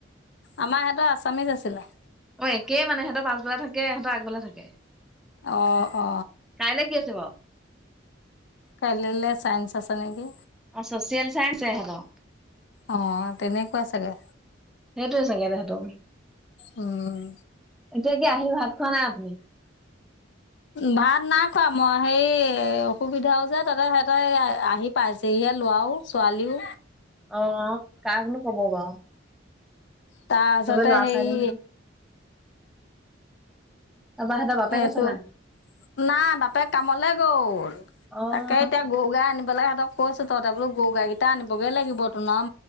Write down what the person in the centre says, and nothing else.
অ একেই মানে সিহঁতৰ পছবেলা থাকে হেটৰ আগবেলা থাকে
কাইলে কি আছে বাৰু
আৰু চচিয়েল চাই সতৰ
সেইটোয়ে চাগে তহতৰ
এতিয়া কি আহি ভাত খোৱা নাই আপুনি
অ কাকনো কব বাাৰ
চবে ল'ৰা
ছোৱালী তাৰপৰা সিহঁতৰ বাপেক
আছে নাই?
অ'।